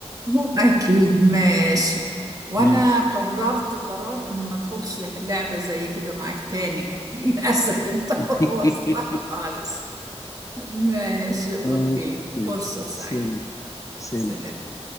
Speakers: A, on the right; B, on the left.
A: <laughs> أكيد ماشي وأنا
B: ماشي
A: قررت قرار إن ما أدخلش لعبة زي كده معاك تاني <laughs> للأسف أنت
B: <laughs>
A: بوظتها خالص ماشي
B: ماشي
A: أوكي
B: يلا.
A: فرصة سعيدة
B: سلام سلام
A: سلام